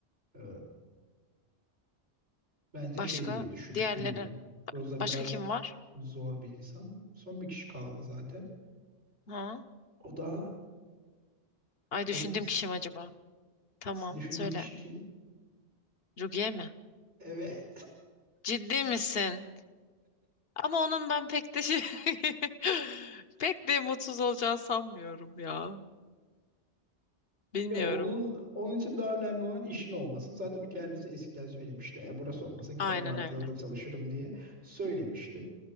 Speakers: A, on the right (about 85°); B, on the left (about 60°).
A: Ee, bence
B: Başka
A: şey diye düşünmüş
B: diğerlerin
A: bilmiyorum. Roza
B: başka
A: biraz
B: kim var?
A: zor bir insan. Son bir kişi kaldı zaten.
B: Ha?
A: O da
B: Ay
A: hazır
B: düşündüğüm
A: mısın?
B: kişi mi acaba? Tamam
A: Düşündüğün
B: söyle.
A: kişi kim?
B: Rukiye mi?
A: Evet.
B: Ciddi misin? Ama onun ben pek de şey <laughs> pek de mutsuz olacağını sanmıyorum ya. Bilmiyorum.
A: Ya onun onun için daha önemli olan işin olması. Zaten o kendisi eskiden söylemişti. E, burası olmasa gider
B: Aynen
A: vardiyalı
B: öyle.
A: da çalışırım diye söylemişti.